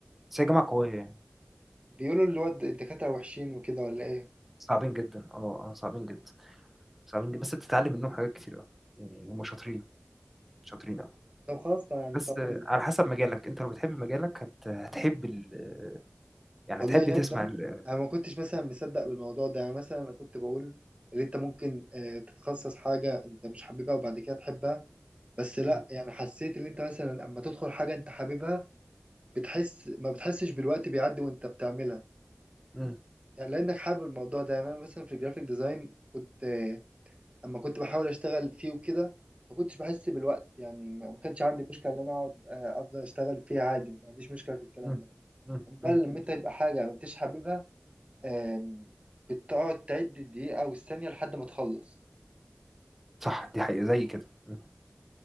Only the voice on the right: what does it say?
بيقولوا اللي هو الد- الدكاترة وحشين وكده ولا إيه؟
طب خلاص طب يعني
طبعا
والله
نفس ده
أنا ما كنتش مثلا مصدق بالموضوع ده يعني مثلا أنا كنت بقول إن أنت ممكن آه تتخصص حاجة أنت مش حاببها وبعد كده تحبها بس لا
يعني حسيت ان انت مثلا اما تدخل حاجه انت حاببها بتحس ما بتحسش بالوقت بيعدي وانت بتعملها
يعني لانك حابب الموضوع ده يعني انا مثلا في الجرافيك ديزاين كنت آه، اما كنت بحاول اشتغل فيه وكده ما كنتش بحس بالوقت يعني ما ما كانش عندي مشكله ان انا اقعد آه، افضل اشتغل فيه عادي ما عنديش مشكله في الكلام
ده
امال
لما انت يبقى حاجه ما انتش حاببها آم، بتقعد تعد الدقيقه والثانيه لحد ما تخلص